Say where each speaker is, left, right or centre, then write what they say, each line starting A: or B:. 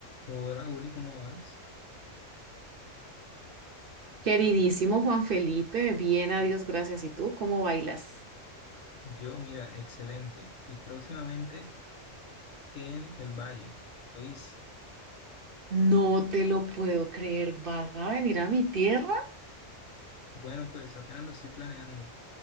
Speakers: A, on the left (about 80°); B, on the right (about 50°).
A: Hola Juli, ¿cómo vas?
B: Queridísimo Juan Felipe, bien, a Dios gracias. ¿Y tú cómo bailas?
A: Yo, mira, excelente. Y próximamente en el Valle. Luis,
B: No te lo puedo creer. ¿Vas a venir a mi tierra?
A: bueno, pues apenas lo estoy planeando,